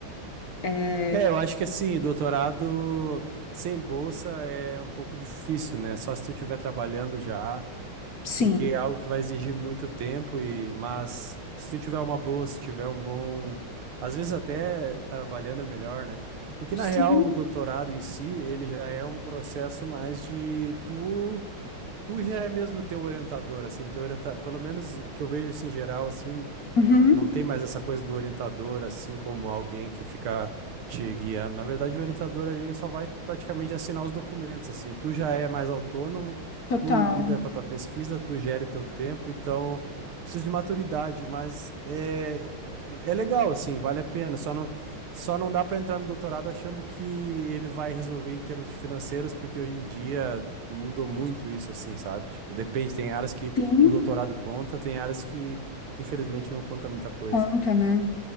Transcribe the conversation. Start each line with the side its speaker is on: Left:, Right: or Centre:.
Left: É,
Right: É, eu acho que assim, doutorado sem bolsa é um pouco difícil, né? Só se tu estiver trabalhando já.
Left: Sim.
Right: porque é algo que vai exigir muito tempo e mas se tu tiver uma boa, se tiver um bom, às vezes até trabalhando é melhor, né? Porque
Left: Sim.
Right: na real o doutorado em si, ele já é um processo mais de tu tu já é mesmo teu orientador assim, o teu orienta... pelo menos que eu vejo assim em geral assim,
Left: Uhum,
Right: não tem mais essa coisa do orientador, assim como alguém que fica te guiando. Na verdade, o orientador ali, ele só vai praticamente assinar os documentos, assim. Tu já é mais autônomo,
Left: total.
Right: tu lida com a tua pesquisa, tu gere o teu tempo, então precisa de maturidade, mas é, é é legal, assim, vale a pena. Só não, só não dá para entrar no doutorado achando que ele vai resolver em termos de financeiros, porque hoje em dia mudou muito isso, assim, sabe? Tipo, depende, tem áreas que
Left: Sim,
Right: o doutorado conta, tem áreas que Infelizmente não conta muita coisa.
Left: conta, né?